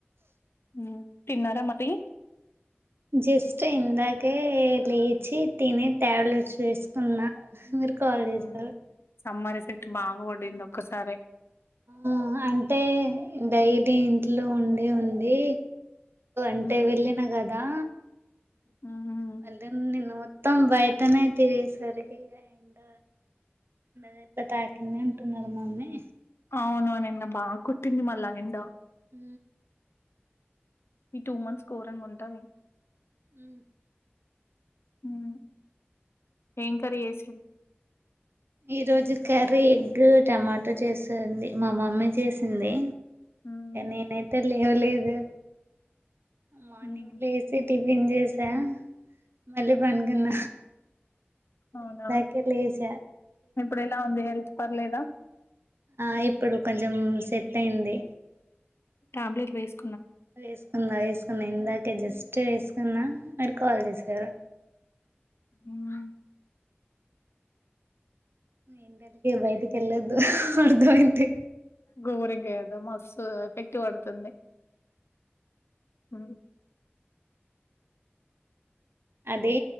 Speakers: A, on the left (about 75°); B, on the right (about 65°).
A: ఉమ్ తిన్నారా మరి
B: జస్ట్ ఇందాకే లేచి తిని టాబ్లెట్స్ వేసుకున్న మీరు కాల్
A: హ్మ్
B: చేసారు
A: సమ్మర్ ఎఫెక్ట్ బాగా పడింది ఒక్కసారే
B: ఆ అంటే డైలి ఇంట్లో ఉండి ఉండి అంటే
A: హ్మ్
B: వెళ్ళిన కదా
A: హ్మ్
B: మళ్ళ నిను మొత్తం బయటనే తిరిగే సరికి ఎండ దెబ్బ తాకింద అంటున్నారు మమ్మీ
A: అవును నిన్న బాగా కొట్టింది మల్ళా ఎండ
B: అ
A: ఈ టూ మంత్స్ గోరంగుంటది
B: ఉ
A: హ్మ్ ఏం కర్రి చేసింది
B: ఈ రోజు కర్రీ ఎగ్ టమాటో చేసింది మా మమ్మీ చేసింది
A: ఉమ్,
B: నేనైతే లేవలేదు మార్నింగ్
A: ఉమ్.
B: లో వేసి టిఫిన్ చేసా మళ్ళీ పండుకున్న
A: అవునా
B: ఇందాకే లేచ
A: ఇప్పుడు ఎలా ఉంది హెల్త్ పర్లేదా
B: ఆ ఇప్పుడు కొంచెం సెట్ అయింది
A: టాబ్లేెట్ ఏసు
B: వేసుకున్న వేసుకున్న ఇందాకే జస్ట్ వేసుకున్న మీరు కాల్ చేసారు
A: మ్మ్
B: ఎండలకి బయటికి వెళ్ళొద్దు అర్థమైంది
A: గోరంగా మస్తు ఎఫెక్ట్ పడుతుంది అ
B: అదే